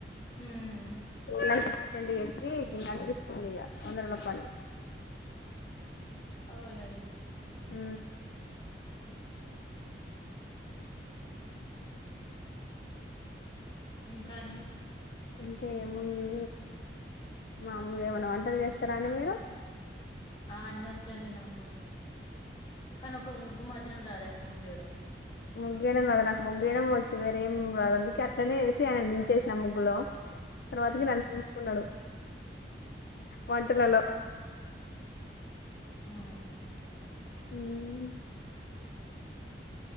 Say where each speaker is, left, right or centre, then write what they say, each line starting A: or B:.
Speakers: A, on the left; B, on the left.
A: హ్మ్
B: ఫీల్డ్ అసిస్ తెెండి గలిపి దీన్ని అనిపిస్తుంది ఇగ వందరలో పని
A: అవునండి
B: ఆ
A: ఇంకా అండి
B: ఇంకా ఏముంది మామూలు ఏమైనా వంటలు చేస్తారా అండి మీరు
A: ఆ అన్న వచ్చండి నాకు కానీ ఒక ముగ్గు మాత్రం రాదండి ముగ్గు బేడం
B: ముగ్గయడం రాదు నాకు ముగ్గేయ వచ్చు వేరేం రాదు అందుకే అట్లనే వసి ఆయనను దించేసిన ముగ్గులో తర్వాతకి
A: ఆ
B: నన్నుుకున్నాడు వంటలలో
A: హ్మ్
B: హ్మ్